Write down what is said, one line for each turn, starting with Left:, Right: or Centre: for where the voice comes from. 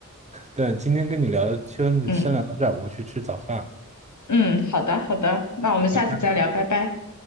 Right: 但今天跟你聊的，先先聊到这儿，
Left: 嗯
Right: 我去吃早饭了，
Left: 嗯，好的好的，那我们下次再聊，
Right: 拜拜。
Left: 拜拜。